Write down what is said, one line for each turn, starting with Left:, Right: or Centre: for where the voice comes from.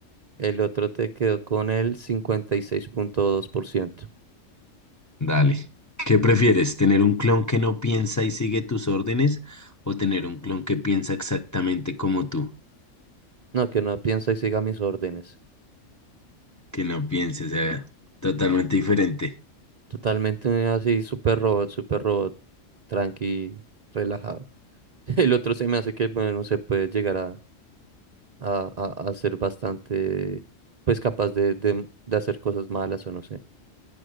Right: El otro te quedó con el 56.2%.
Left: dale. ¿Qué prefieres? ¿Tener un clon que no piensa y sigue tus órdenes o tener un clon que piensa exactamente como tú?
Right: No, que no piensa y siga mis órdenes.
Left: Que no piense, o sea, totalmente diferente.
Right: Totalmente así, super robot, super robot, tranqui, relajado. <laughs> El otro se me hace que, bueno, se puede llegar a, a, a- a ser bastante, pues capaz de, de, de hacer cosas malas o no sé.